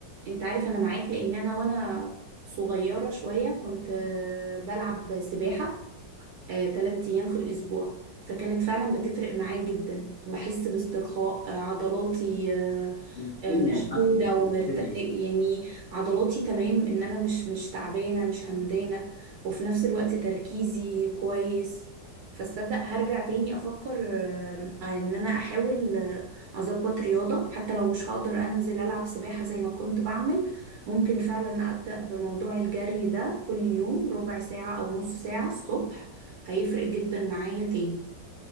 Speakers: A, on the right (about 75°); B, on the left (about 65°).
A: انت عارف انا معاك لان انا وانا صغيرة شوية كنت آه، بلعب سباحة آه، تلات أيام في الأسبوع فكانت فعلا بتفرق معايا جدا بحس باسترخاء آه، عضلاتي آه،
B: نفسيا
A: آه، مشدودة
B: حتى
A: ومرتخية
B: نفسيا
A: يعني عضلاتي تمام ان انا مش مش تعبانة مش همدانة وفي نفس الوقت تركيزي كويس فاصدق هرجع تاني افكر آه، ان انا احاول آه، اظبط رياضة حتى لو مش هقدر انزل العب سباحة زي ما كنت بعمل ممكن فعلا ابدأ بموضوع الجري ده كل يوم ربع ساعة او نص ساعة الصبح هيفرق جدا معايا تاني